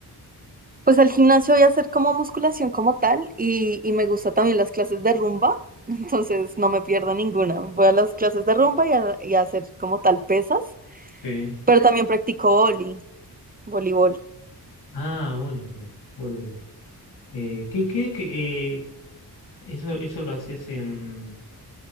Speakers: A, on the right; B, on the left.
A: Pues al gimnasio voy a hacer como musculación como tal y, y me gusta también las clases de rumba, <laughs> entonces no me pierdo ninguna. Voy a las clases de rumba y a, y a hacer como tal pesas,
B: Sí.
A: pero también practico vóley, voleibol.
B: Ah, voleibol, voleibol. Eh, ¿qué, qué, qué, eh, eso, eso lo haces en,